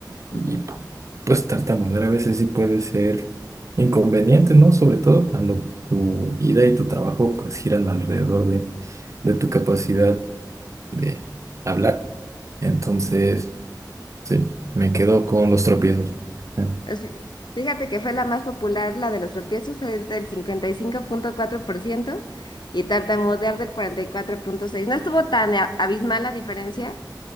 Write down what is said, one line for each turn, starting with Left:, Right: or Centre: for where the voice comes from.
Right: Y
Left: Ujú.
Right: pues tartamudear a veces sí puede ser inconveniente, ¿no? Sobre todo cuando tu vida y tu trabajo pues giran alrededor de, de tu capacidad de hablar. Entonces... Sí, me quedo con los tropiezos. <laughs> Ya,
Left: Es- fíjate que fue la más popular, la de los tropiezos, fue el del 55.4% y cinco punto cuatro por ciento y tartamudear del 44.6%. No estuvo tan a- abismal la diferencia,